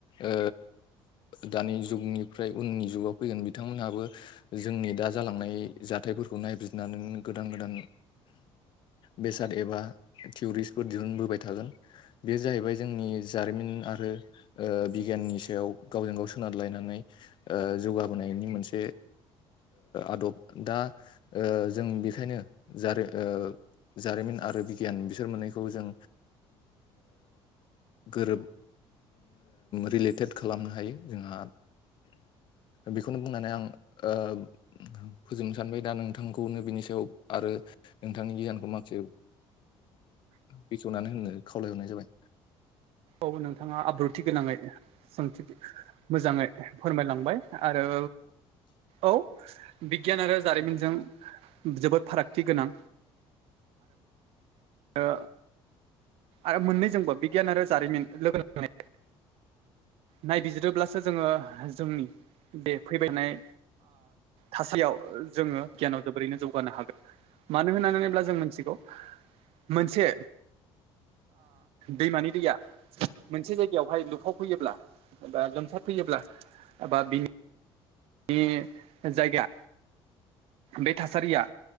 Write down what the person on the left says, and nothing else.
ओ दानि जुगनिफ्राय उननि जुगाव फैगोन बिथांमोनहाबो जोंनि दा जालांनाय जाथायफोरखौ नायबिरजिरनानै गोदान गोदान बेसाद एबा थिउरिस्टफोर दिहुनबोबाय थागोन बे जाहैबाय जोंनि जारिमिन आरो बिगियाननि सायाव गावजों गाव सोनारलायनानै जौगाबोनायनि मोनसे आदब दा जों बेखायनो जारि जारिमिन आरो बिगियान बिसोर मोननैखौ जों गोरोब रिलेटेड खालामनो हायो जोंहा बेखौनो बुंनानै आं फोजोबनो सानबाय दा नोंथांखौनो बिनि सायाव आरो नोंथांनि गियानखौ माखासे बेखेवनानै होनो खावलायहरनाय जाबाय